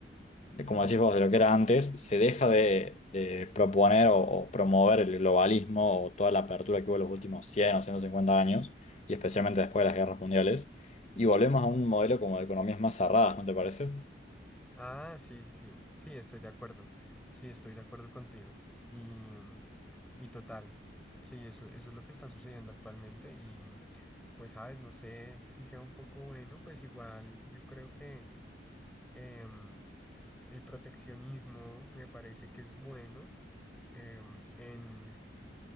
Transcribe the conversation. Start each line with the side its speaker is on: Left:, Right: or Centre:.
Left: de, como decís vos, de lo que era antes, se deja de, de proponer o, o promover el globalismo o toda la apertura que hubo en los últimos 100 o 150 años, y especialmente después de las guerras mundiales, y volvemos a un modelo como de economías más cerradas, ¿no te parece?
Centre: Ah, sí, sí, sí. Sí, estoy de acuerdo. Sí, estoy de acuerdo contigo. Y, mm, y total. Sí, eso, eso es lo que está sucediendo actualmente. Y mm, pues, sabes, no sé si sea un poco bueno, pues igual yo creo que em, el proteccionismo me parece que es bueno em, en,